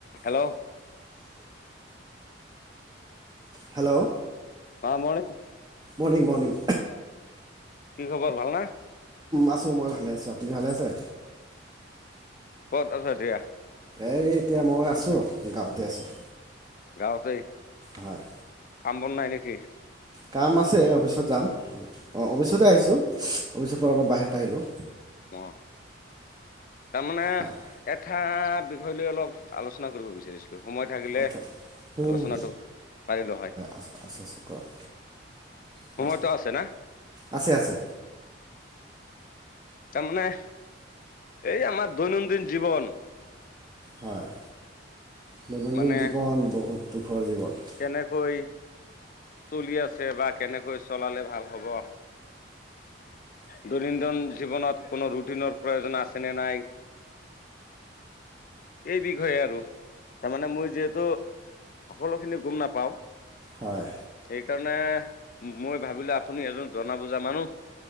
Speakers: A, on the left; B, on the right.
A: Hello
B: hello
A: সামৰোনে?
B: Morning morning
A: কি খবৰ ভাল নে? <inaudible>
B: আছোঁ মই ভালে আছোঁ আপুনি ভালে আছে
A: ক'ত আছা এতিয়া?
B: এই এতিয়া মই আছোঁ, গাঁৱতে আছোঁ।
A: গাঁৱতেই?
B: হয়।
A: কাম বন নাই নেকি?
B: কাম আছে, অফিচত যাম, অ' অফিচতে আহিছো, অফিচৰ পৰা অলপ বাহিৰত আহিলো।
A: অ', তাৰমানে
B: হয়
A: এটা বিষয় লৈ অলপ আলোচনা কৰিব বিচাৰিছিলো। সময় থাকিলে
B: আচ্ছা উম,
A: আলোচনাটো পাৰিলো হয়।
B: আছে আছে আছে কওক হয়
A: সময়তো আছে না?
B: আছে আছে
A: তাৰমানমানে, এই আমাৰ দৈনন্দিন জীৱন
B: হয়, দৈনন্দিন
A: মানে
B: জীৱন বহুত দুখৰ জীৱন।
A: কেনেকৈ চলি আছে বা কেনেকৈ চলালে ভাল হ'ব দৈনন্দিন জীৱনত কোনো ৰুটিনৰ প্ৰয়োজন আছে নে নাই এই বিষয়ে আৰু। তাৰমানে মই যিহেতু সকলো খিনি গুম নাপাওঁ
B: হয়।
A: সেইকাৰণে, মই ভাবিলো আপুনি এজন জনা বুজা মানুহ